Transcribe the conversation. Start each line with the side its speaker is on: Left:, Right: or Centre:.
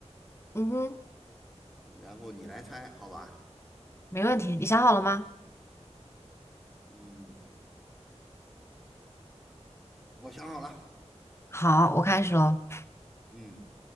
Left: 嗯哼，
Centre: 然后你来猜，好吧？
Left: 没问题。你想好了吗？
Centre: 嗯，我想好了。
Left: 好，我开始喽。
Centre: 嗯，